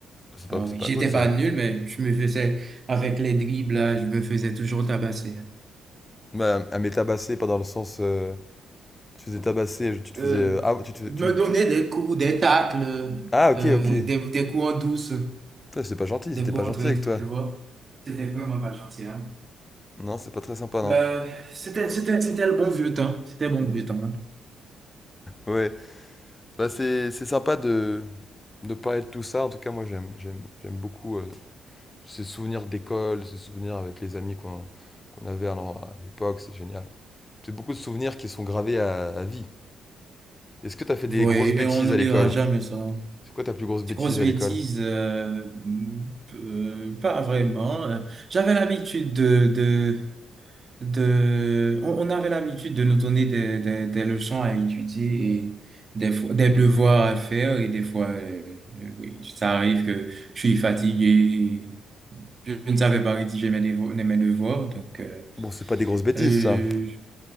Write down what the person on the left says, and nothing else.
c'est pas,
c'est
pas
cool ça.
Bah, elle mais tabasser, pas dans le sens. euh, tu te faisais tabasser, tu te faisais.
euh, ah, tu, te
fais- tu,
tu-
Ah, ok,
ok.
Putain, C'est pas gentil,
c'était
pas gentil
avec toi.
Non, c'est pas très sympa, non.
Ouais. Bah, c'est c'est sympa de, de parler de tout ça. En tout cas, moi, j'aime j'aime j'aime beaucoup euh, ces souvenirs d'école, ces souvenirs avec les amis qu'on qu'on avait à l'en- à l'époque. C'est génial. C'est beaucoup de souvenirs qui sont gravés à, à vie. Est-ce que t'as fait des
grosses
bêtises
à l'école?
C'est quoi ta plus grosse bêtise
à l'école?
Bon, c'est pas des grosses bêtises,
ça.